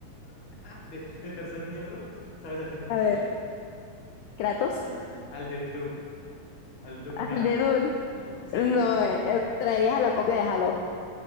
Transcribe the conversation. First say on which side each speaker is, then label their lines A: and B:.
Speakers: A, on the left; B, on the left.
A: <laughs> de, de tercer miembro, ¿sabes a quién me traería?
B: A ver, Kratos,
A: <laughs> Al de Doom, al Doom
B: <laughs>
A: Guy.
B: el de Dune.
A: <laughs> Sí.
B: No, eh, eh, traerías a la copia de Halo.